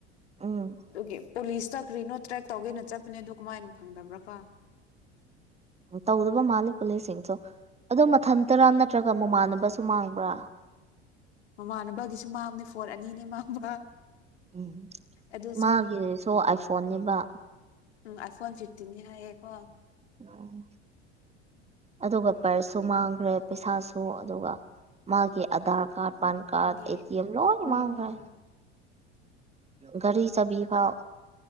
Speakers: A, on the right (about 20°); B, on the left (about 70°).
A: ꯎꯝ
B: ꯑꯗꯨꯒꯤ ꯄꯨꯂꯤꯁꯇ ꯀꯔꯤꯅꯣ ꯇ꯭ꯔꯦꯛ ꯇꯧꯒꯦꯅ ꯆꯠꯄꯅꯦ ꯑꯗꯨ ꯀꯃꯥꯏꯅ ꯐꯪꯗꯕ꯭ꯔꯥ ꯀꯣ
A: ꯇꯧꯗꯕ ꯃꯥꯜꯂꯦ ꯄꯨꯂꯤꯁꯁꯤꯡꯁꯨ ꯑꯗꯣ ꯃꯊꯟꯇꯔꯥ
B: ꯑꯥ
A: ꯅꯠꯇ꯭ꯔꯒ ꯃꯨꯃꯥꯟꯅꯕꯁꯨ ꯃꯥꯡꯕ꯭ꯔꯥ
B: ꯃꯃꯥꯟꯅꯕꯒꯤꯁꯨ ꯃꯥꯡꯕꯅꯦ ꯐꯣꯟ ꯐꯣꯟ ꯑꯅꯤꯅꯦ ꯃꯥꯡꯕ
A: ꯎꯝ
B: ꯑꯗꯨꯁꯨ
A: ꯃꯥꯒꯤꯁꯨ ꯑꯥꯏꯐꯣꯟꯅꯦꯕ
B: ꯎꯝ ꯑꯥꯏꯐꯣꯟ ꯐꯤꯐꯇꯤꯟꯅꯦ ꯍꯥꯏꯑꯦꯒꯣ
A: ꯎꯝ ꯑꯗꯨꯒ ꯄꯔꯁꯁꯨ ꯃꯥꯡꯈ꯭ꯔꯦ ꯄꯩꯁꯥꯁꯨ ꯑꯗꯨꯒ ꯃꯥꯒꯤ ꯑꯗꯥꯔ ꯀꯥꯔꯗ ꯄꯥꯟ ꯀꯥꯔꯗ
B: ꯑꯩꯗꯤ
A: ꯑꯦ ꯇꯤ ꯑꯦꯝ ꯂꯣꯏ
B: ꯑꯣ
A: ꯃꯥꯡꯈ꯭ꯔꯦ ꯒꯔꯤ ꯆꯥꯕꯤꯐꯥꯎ